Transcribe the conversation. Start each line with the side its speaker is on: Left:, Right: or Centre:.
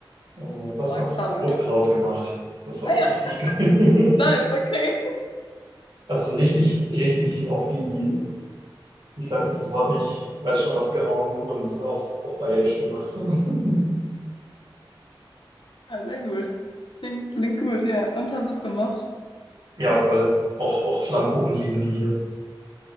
Right: Äh, was
Left: war
Right: war's?
Left: Kraut.
Right: Rotkraut gemacht. Das war
Left: Ah
Right: auch
Left: ja,
Right: richtig
Left: <laughs>
Right: geil. <laughs>
Left: nice, okay.
Right: Also richtig, richtig auf die, ich sage jetzt das Wort nicht, weiß schon was gehauen und auf, auf bayerisch gemacht. <laughs>
Left: Ja, sehr gut. Klingt, klingt gut, ja. Und haben sie es gemocht?
Right: Ja, voll. Auch, auch Flammkuchen lieben die hier.